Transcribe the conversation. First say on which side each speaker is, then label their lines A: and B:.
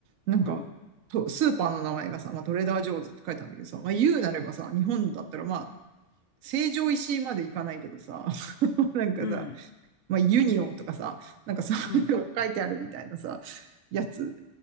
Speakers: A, on the right; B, on the left.
A: なんか、
B: うん、
A: とスーパーの名前がさ、まあ、トレーダー・ジョーズって書いてあるんだけどさ、まあ、言うなればさ、日本だったらまあ、成城石井まで行かないけどさ、<laughs> なんかさ、
B: うん、
A: まあ、ユニオンとかさ、なんかそういうのが書いてあるみたいなさ、
B: うん、
A: やつ、